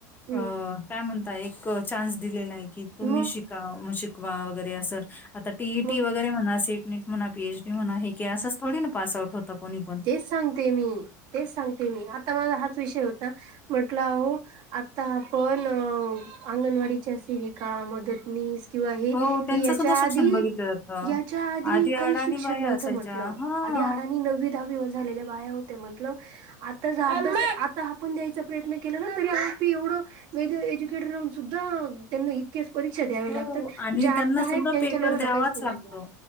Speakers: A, on the right (about 55°); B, on the left (about 20°).
A: हं,
B: अ काय म्हणता एक चान्स दिलेला आहे की, तुम्ही
A: मग
B: शिका मग शिकवा वगैरे असं. आता टी ई
A: मग
B: टी वगैरे म्हणा, सीट नीट म्हणा, पी एच डी म्हणा, हे की असंच थोडी ना पास आउट होतं कोणी पण.
A: सांगतेय मी, तेच सांगतेय मी, आता माझा हाच विषय होता म्हंटलं आहो आता आपण अंगणवाडीच्या सेविका, मदतनीस, किंवा हे,
B: हो, त्यांचं
A: हे याच्या
B: सुद्धा शिक्षण
A: आधी,
B: बघितलं जातं.
A: याच्या आधी काही
B: अडाणी
A: शिक्षण
B: बाया
A: नव्हतं
B: असायच्या.
A: म्हंटलं.
B: हां.
A: आधी हाडांनी नववी दहावीवर झालेल्या बाया होत्या म्हंटलं. आता <unintelligible> आता आपून द्यायचा प्रयत्न केला ना तरी <unintelligible> एवढं वेग एज्युकेटे राहुन सुद्धा त्यांना इ क्याच परीक्षा द्यावे
B: हो
A: लागतात,
B: आणि
A: ज्या
B: त्यांना
A: आत्ता
B: सुद्धा
A: आहेत त्यांच्या
B: पेपर
A: लेवलला
B: द्यावाच
A: काहीच नाही
B: लागतो.
A: म्हटलं,